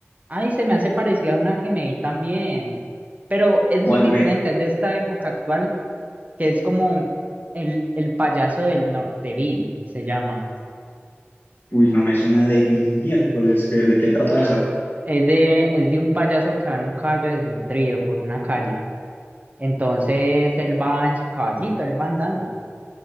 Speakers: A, on the right; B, on the left.
A: Ay, se me hace parecida a una que me vi también. Pero es
B: ¿Cuál
A: muy diferente,
B: ve?
A: es de esta época actual, que es como el, el payaso del Norteville, se llama.
B: Uy, no me suena de ni miércoles. ¿Qué- ¿De qué trata esa?
A: Es de, es de un payaso que va en un caballo desnutrido por una calle. Entonces él va en su caballito, él va andando.